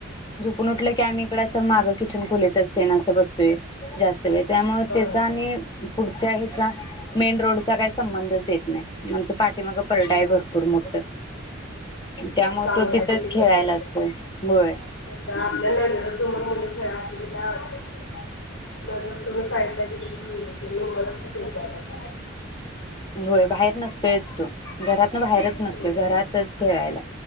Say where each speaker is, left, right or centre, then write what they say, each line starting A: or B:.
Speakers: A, on the left; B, on the left.
A: झुपून उठल की आम्ही इकड अस माग किचन खोलीत असते ना असं बसतोय जास्त त होय त्यामुळं
B: होय.
A: त्याच आणि पुढच्या ह्याचा मेन रोडचा काय संबंधच येत नाही आमचं पाठीमाग परडाय
B: होय.
A: भरपूर मोठ त्यामुळे
B: चांगलं
A: तो तिथच
B: आहे ते तिकडल्या
A: खेळायला
B: तिकडं.
A: असतोय होय.
B: तर आपल्या नजरेसमोर मुलं <unintelligible> नजर सोडून साईडला गेली की लागतंय त्याच्यकडं
A: होय बाहेर नसतोयच तो घरातन बाहेरच
B: मुलांना
A: नसतोय घरातच खेळायला